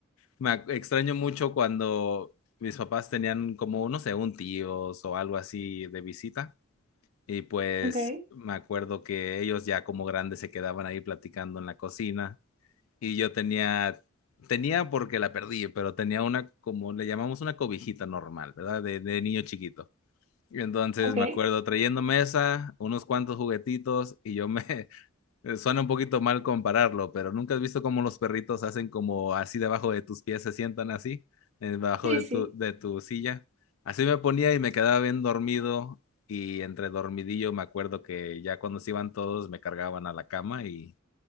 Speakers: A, on the left; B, on the right.
A: Me ac- extraño mucho cuando mis papás tenían como, no sé, un tíos o algo así de visita. Y pues
B: Ok,
A: me acuerdo que ellos ya como grandes se quedaban ahí platicando en la cocina y yo tenía, tenía porque la perdí, pero tenía una, como le llamamos una cobijita normal, ¿verdad? De, de niño chiquito. Y Entonces
B: ok.
A: me acuerdo trayéndome esa, unos cuantos juguetitos y yo me, <laughs> suena un poquito mal compararlo, pero nunca has visto cómo los perritos hacen como así debajo de tus pies, se sientan así, debajo
B: Sí,
A: de
B: sí.
A: tu, de tu silla. Así me ponía y me quedaba bien dormido y entre dormidillo me acuerdo que ya cuando se iban todos me cargaban a la cama y